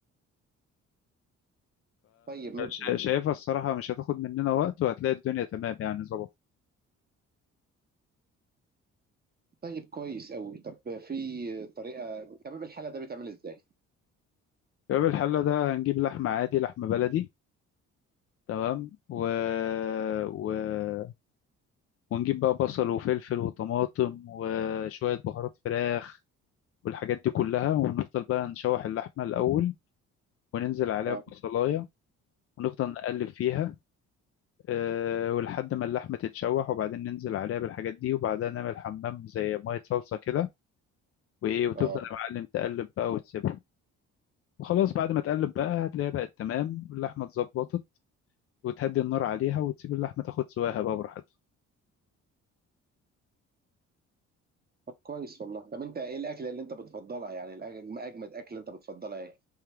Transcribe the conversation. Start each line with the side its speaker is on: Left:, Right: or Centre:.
Right: طيب ماشي
Left: فشايفها الصراحة مش هتاخد مننا وقت وهتلاقي الدنيا تمام يعني ظبط
Right: طيب كويس قوي طب في طريقة تمام الحالة ده بيتعمل ازاي؟
Left: يبقى الحلة ده هنجيب لحمة عادي لحمة بلدي تمام و... و... ونجيب بقى بصل وفلفل وطماطم وشوية بهارات فراخ والحاجات دي كلها ونفضل بقى نشوح اللحمة الأول وننزل عليها
Right: اه
Left: ببصلاية ونفضل نقلب فيها أه ولحد ما اللحمة تتشوح وبعدين ننزل عليها بالحاجات دي وبعدها نعمل حمام زي مية صلصة كده وإيه وتفضل
Right: اه
Left: يا معلم تقلب بقى وتسيبها وخلاص بعد ما تقلب بقى هتلاقيها بقت تمام اللحمة اتظبطت وتهدي النار عليها وتسيب اللحمة تاخد سواها بقى براحتها
Right: طب كويس والله طب انت ايه الاكله اللي انت بتفضلها يعني الأج- اجمد اكله انت بتفضلها ايه